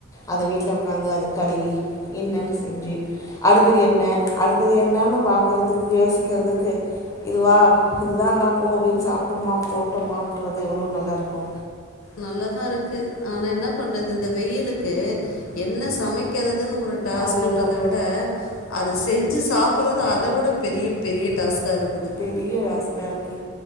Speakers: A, on the left (about 15°); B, on the left (about 80°).
A: அத வீட்ல உக்காந்து அத கழுவி என்னன் செஞ்சி அடுத்தது என்ன அடுத்தது என்னனு பாக்குறதுக்கு யோசிக்கிறதுக்கு இதுவா இதுதான்டா போ அப்டின் சாப்டோமா போட்டோமான்றது எவ்ளோ நல்லா இருக்கு
B: நல்ல தா இருக்கு ஆனா என்ன பண்றது இந்த வெயிலுக்கு என்ன சமைக்கிறதுன் ஒரு டாஸ்க்குன்றத
A: அதுதான்
B: விட அத செஞ்சி சாப்புறத அத விட பெரிய பெரிய டாஸ்கா இருந்தது
A: பெரிய ஆஸ்கா இருக்கு